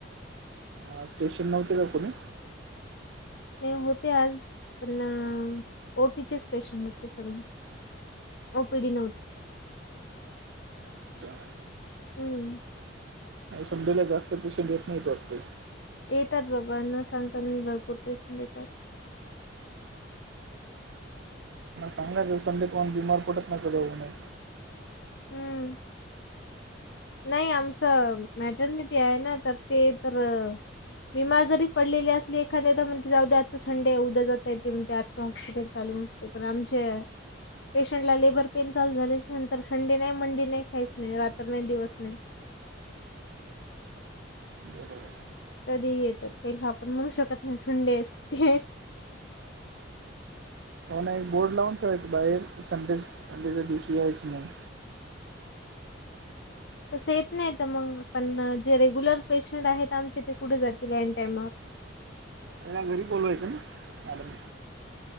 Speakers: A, on the right; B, on the left.
A: आ स्टेशन नव्हते का कोणी
B: नाही होते आज, पण ना ओटीचेच पेशंट होते सगळें. ओपीडी नव्हत
A: अच्छा.
B: हम्म.
A: संडेला जास्त पेशंट होत नाहीत वाटत?
B: येतात बाबा न सांगता ही भरपूर पेशंट येतात
A: चांगल्या दिवसांले कोण बिमार पडत नाहीत का दवाखान्यात
B: हम्म नाही आमचं मॅटर्निटी आहे ना, तर ते तर बीमार जरी पडलेली असली एखाध्ये तर म्हणते जाऊद्या आज संडे आहे, उद्या जाताय ते म्हणतें आज काय हॉस्पिटल चालू नस ते पन आमच्या पेशंट ला लेबर पेन चालू झाल्याच्या नंतर संडे नाही मंडे नाही काहीच नाही रात्र नाही दिवस नाही
A: बरोबर.
B: कधी येतात तेला आपण म्हणू शकत नाही, संडे आहे सुट्टी आहे.
A: काही नाही एक बोर्ड लावून ठेवायच बाहेर संडे सु संडेच्या दिवशी यायच नाही.
B: तसं येत नाही तर मंग पण जे रेग्युलर पेशंट आहेत आमचे ते कुठे जातील ऐन टाइमवर.
A: त्यांना घरी बोलवायचं ना मॅडमनी